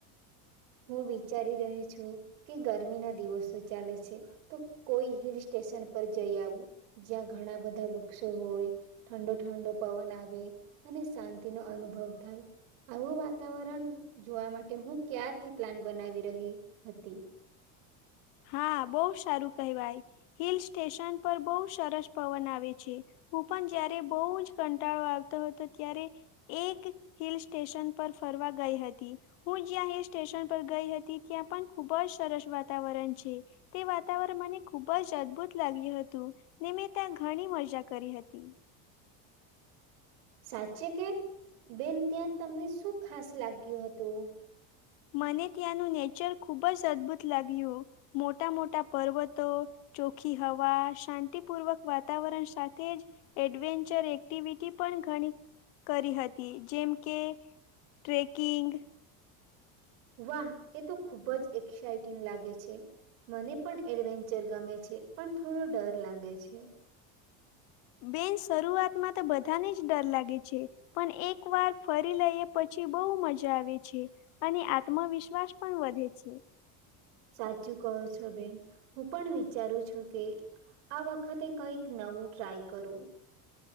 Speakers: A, on the right; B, on the left.
A: હું વિચારી રહી છું કે ગરમી ના દિવસો ચાલે છે, તો કોઈ હિલ સ્ટેશન પર જઈ આવું જ્યાં ઘણા બધા વૃક્ષો હોય, ઠંડો ઠંડો પવન આવે, અને શાંતિનો અનુભવ થાય આવું વાતાવરણ જોવા માટે હું ક્યાર થી પ્લાન બનાવી રહી હતી.
B: હા બહુ સારું કહેવાય, હિલ સ્ટેશન પર બહુ સરસ પવન આવે છે, હું પણ જયારે બહુ જ કંટાળો આવતો હતો ત્યારે એક હિલ સ્ટેશન પર ફરવા ગઈ હતી, હું જ્યાં હિલ સ્ટેશન પર ગઈ હતી ત્યાં પણ ખુબ જ સરસ વાતાવરણ છે. તે વાતાવરણ મને ખૂબ જ અદભુત લાગ્યું હતું, ને મેં ત્યાં ઘણી મજા કરી હતી.
A: સાચે કે, બેન ત્યાં તમને શું ખાસ લાગ્યું હતું?
B: મને ત્યાંનું નેચર ખુબ ઉપ અદભુત લાગ્યું. મોટા મોટા પર્વતો, ચોખી હવા શાંતિપૂર્વક વાતાવરણ સાથે જ, એડવેન્ચર એક્ટિવિટી પણ ઘણી કરી હતી જેમ કે ટ્રેકિંગ.
A: વાહ એ તો ખુબ જ એક્સાઈટિંગ લાગે છે, મને પણ એડવેન્ચર ગમે છે પણ થોડો ડર લાગે છે.
B: બેન શરૂઆતમાં તો બધાને જ ડર લાગે છે, પણ એક વાર ફરી લઈએ પછી બહુ મજા આવે છે, અને આત્મવિશ્વાસ પણ વધે છે.
A: સાચું કહો છો બેન, હું પણ વિચારું છું કે આ વખતે કંઈક નવું ટ્રાય કરું.